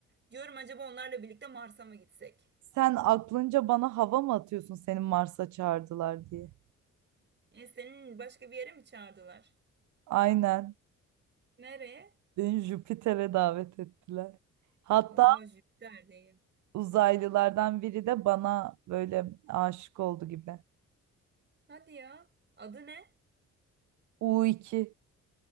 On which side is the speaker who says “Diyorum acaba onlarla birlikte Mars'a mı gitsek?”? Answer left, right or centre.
Right